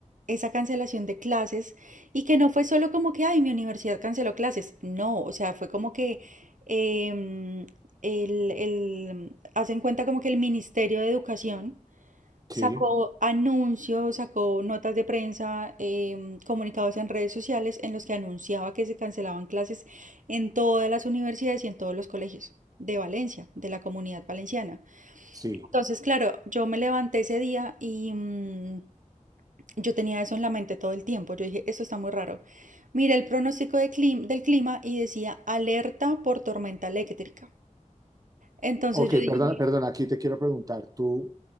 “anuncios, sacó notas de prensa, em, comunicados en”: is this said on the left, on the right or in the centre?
Right